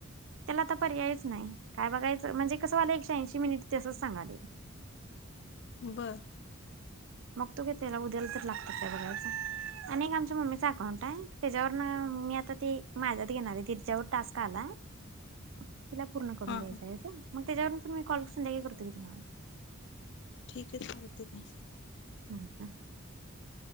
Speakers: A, on the right; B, on the left.
A: त्याला आता पर्यायच नाही काय बघायचं म्हणजे कसं वालं एकश ऐंशी मिनिट तसच सांगाले.
B: बरं.
A: बघ तो ग त्याला उद्याला तर लागत का बघयच आणि एक आमच्या मम्मीचा अकाउंट आहे. त्याच्यावरून मी आता तेी माझ्यात घेणार आहे तिच्यावर टास्क आला. तिला पूर्ण करून
B: हा
A: द्यायचं
B: हा
A: आहे. मग त्याच्यावरून प मी कॉल कत कधन
B: ठीक आहे चालते का.
A: अच् का